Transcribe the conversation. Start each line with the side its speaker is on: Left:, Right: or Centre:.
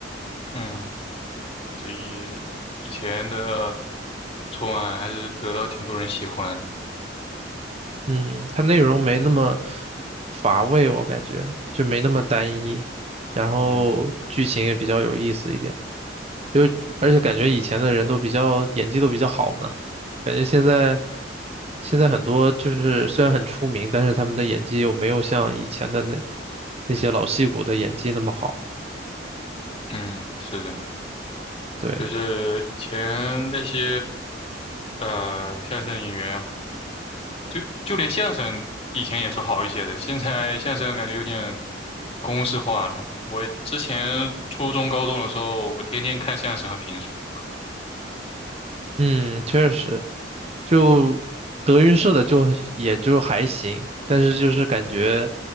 Left: 嗯，这一以前的春晚还是得到挺多人喜欢的。
Right: 嗯，它内容没那么乏味，我感觉就没那么单一，然后剧情也比较有意思一点，
Left: 嗯
Right: 就是而且感觉以前的人都比较演技都比较好呢，感觉现在现在很多就是虽然很出名，但是他们的演技又没有像以前的那那些老戏骨的演技那么好，
Left: 嗯，是的，
Right: 对，
Left: 就是以前那些呃相声演员，就就连相声以前也是好一些的，现在相声感觉有点公式化了。我之前初中、高中的时候，我天天看相声和评书。
Right: 嗯，确实。就德云社的就也就还行，但是就是感觉